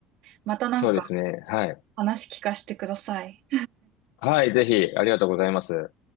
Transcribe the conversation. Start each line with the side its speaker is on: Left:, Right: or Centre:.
Right: またなんか
Left: そうですね。はい。
Right: 話聞かせてください。
Left: はい、ぜひ、ありがとうございます。